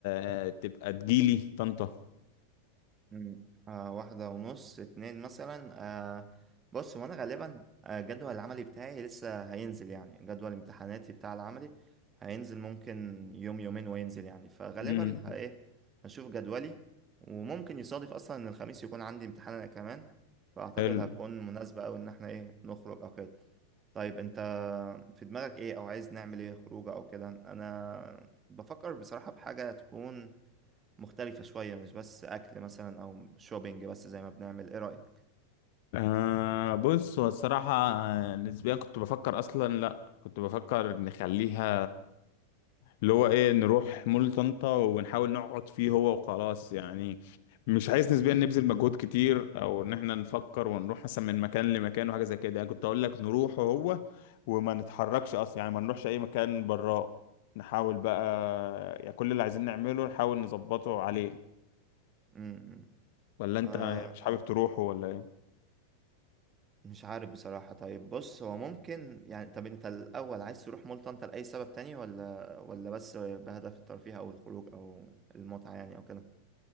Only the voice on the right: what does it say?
مم. آه واحدة ونص اتنين مثلا آه بص هو أنا غالبا آه جدول العملي بتاعي لسه هينزل يعني جدول امتحاناتي بتاع العملي هينزل ممكن يوم يومين وينزل يعني فغالبا
ه- إيه هشوف جدولي وممكن يصادف أصلا إن الخميس يكون عندي امتحان أنا كمان فأعتقد
هتكون مناسبة أوي إن احنا إيه نخرج أو كده طيب انت في دماغك ايه او عايز نعمل ايه خروجه او كده انا بفكر بصراحة بحاجة تكون مختلفة شوية مش بس اكل مثلا او شوبينج بس زي ما بنعمل ايه رأيك
امم
آه
آه،
مش عارف بصراحة طيب بص هو ممكن يعني طب انت الاول عايز تروح مول طنطا لأي سبب تاني ولا ولا بس بهدف الترفيه او الخروج او المتعة يعني او كده